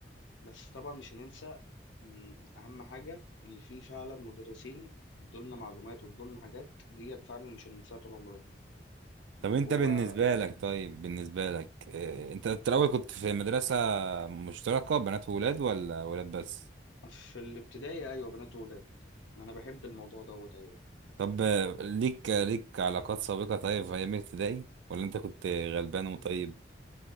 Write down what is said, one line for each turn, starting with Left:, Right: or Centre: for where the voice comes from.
Left: بس طبعا مش هننسى مم، أهم حاجة اللي فيه فعلا مدرسين ادولنا معلومات وادولنا حاجات ديت فعلا مش هننساها طول عمرنا
Right: طب
Left: اللي
Right: انت
Left: هو
Right: بالنسبه
Left: يعني
Right: لك طيب بالنسبه لك آه، انت في الاول كنت في مدرسه مشتركه بنات وولاد ولا ولاد بس
Left: في الابتدائي أيوة بنات وولاد أنا بحب الموضوع دوت أوي يعني.
Right: طب آه، ليك ليك علاقات سابقه طيب في ايام ابتدائي ولا انت كنت غلبان وطيب